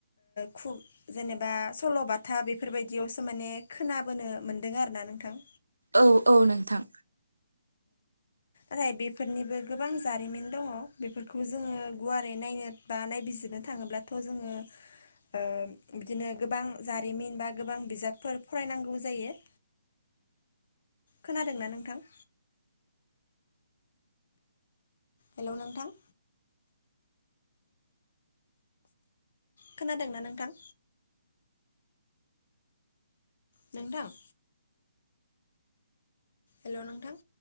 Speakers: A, on the left; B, on the right.
A: खुब जेनेबा सल'बाथा बेफोरबायदियावसो माने खोनाबोनो मोनदों आरो ना नोंथां।
B: औ औ नोंथां।
A: आरो बेफोरनिबो गोबां जारिमिन दङ। बेफोरखौ जोङो गुवारै नायनो बा नायबिजिर बिजिरनो थाङोब्लाथ' जोङो ओ बिदिनो गोबां जारिमिन बा गोबां बिजाबफोर फरायनांगौ जायो।
B: <unintelligible>
A: खोनादों ना नोंथां? हेल' नोंथां? खोनादों ना नोंथां? नोंथां? हेल' नोंथां?